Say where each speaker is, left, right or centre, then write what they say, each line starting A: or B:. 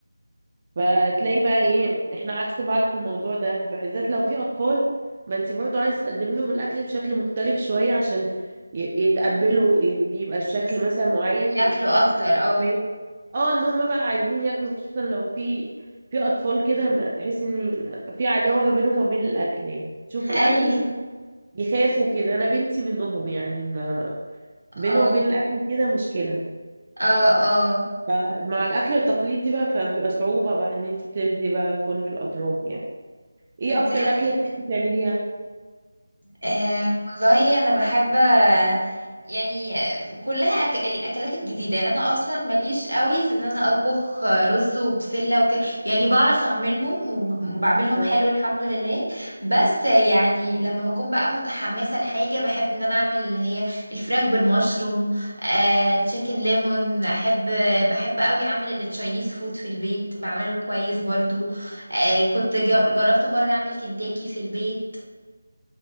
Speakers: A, on the right; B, on the right.
A: فتلاقي بقى ايه احنا عكس بعض في الموضوع ده بالذات لو في اطفال ما انت برضو عايز تقدمي لهم الاكل بشكل مختلف شويه عشان ي- يتقبلوا يت- يبقى الشكل
B: بس
A: مثلا معين
B: ياكلوا
A: بحيث
B: اكتر
A: ان في
B: اه
A: حمايه اه ان هم بقى عايزين ياكلوا خصوصا لو في في اطفال كده ما- تحس ان في عداوه ما بينهم وما بين الاكل يعني شوفوا
B: <laughs>
A: الاكل
B: اي
A: يخافوا كده انا بنتي منهم يعني ما بينه
B: اه
A: وبين الاكل كده مشكله
B: اه اه
A: فمع الاكل التقليدي بقى فبيبقى صعوبه بقى ان انت تفدي بقى كل الاطراف يعني ايه
B: دي
A: اكتر
B: حقيقة
A: اكله بتحبي تعمليها
B: أه والله انا بحب آه، يعني آه، كلها أك... الاكلات الجديده يعني انا اصلا ماليش قوي في ان انا اطبخ آه، رز وبسله وكده يعني بعرف اعملهم وب- وبعملهم
A: اه
B: حلو الحمد لله بس آه، يعني لما بكون بقى متحمسه لحاجه بحب ان انا اعمل اللي هي الفراخ بالمشروم أه تشيكن ليمون احب بحب قوي اعمل التشاينيز فود في البيت بعمله كويس برضو أه كنت جر... جربت مره اعمل كنتاكي في البيت